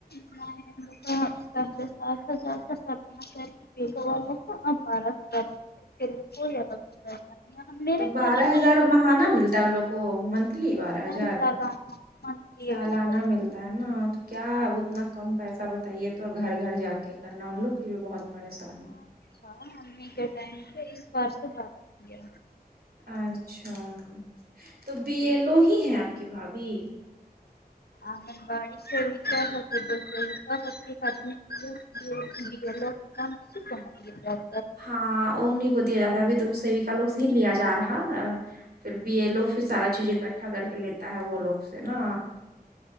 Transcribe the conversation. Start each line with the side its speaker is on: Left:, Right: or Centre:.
Left: <unintelligible> لوگ پہلے سات جات سنا چاہے بیسو والوں کا ا بارہ ہزارے <unintelligible> کو زیاد سےتا ہے ہم میرے
Right: تو
Left: گھر
Right: بارہ
Left: کے
Right: ہزار
Left: لوگ کر
Right: مہانہ
Left: رہے تھے
Right: ملتا ہے ان لوگ کو من لی بارہ
Left: نہیں
Right: جات
Left: سالانہ منتھلی
Right: سالانہ
Left: ایک ہزار
Right: مل ہوتا ہے نا تو کیا اتنا کم پیسہ بتائیے تو گھر گھر جا کے کرنا ان لوگ کے لیے بہت پریشان ہے
Left: ہاں امی کے ٹائم پہ اس بار سے باتت کیا
Right: اچھا تو بی ایل او ہی ہے آپ کی بھابھی
Left: آنگن باڑی سے وار ہوتے تو س وارتی بمی <inaudible> <unintelligible> یے لوگ کم سے کم ہے یے لوگ
Right: ہاں اوڑنے کو دے رہا تھا ابت تو سیو کاا لوگ سے ہی لیا جا رہا پھر بی اے لو پھر سارا چیزیں بیٹھا کر کے لیتا ہے وہ لوگ سے نا